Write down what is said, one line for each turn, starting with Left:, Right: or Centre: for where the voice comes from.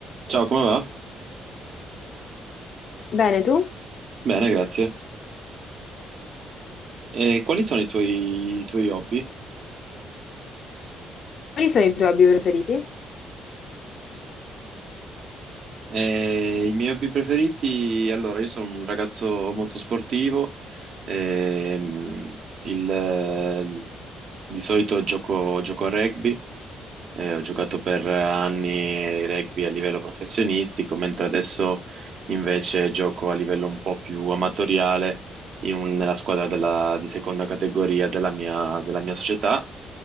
Right: Ciao, come va?
Left: Bene, tu?
Right: Bene, grazie. E quali sono i tuoi, i tuoi hobby?
Left: Quali sono i tuoi hobby preferiti?
Right: Eh, i miei hobby preferiti? Allora, io sono un ragazzo molto sportivo. ehm, il- di solito gioco, gioco a rugby. Eh, ho giocato per anni rugby a livello professionistico, mentre adesso invece gioco a livello un po' più amatoriale in un- nella squadra della- di seconda categoria della mia, della mia società.